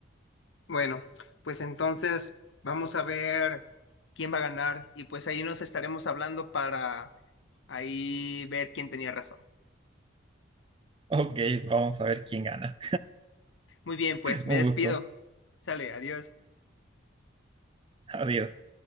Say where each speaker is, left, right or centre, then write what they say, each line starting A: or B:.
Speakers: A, on the left; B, on the right.
A: Bueno, pues entonces vamos a ver quién va a ganar y pues ahí nos estaremos hablando para ahí ver quién tenía razón.
B: Ok, vamos a ver quién gana.
A: Muy bien, pues me
B: Un
A: despido.
B: gusto.
A: Sale, adiós.
B: Adiós.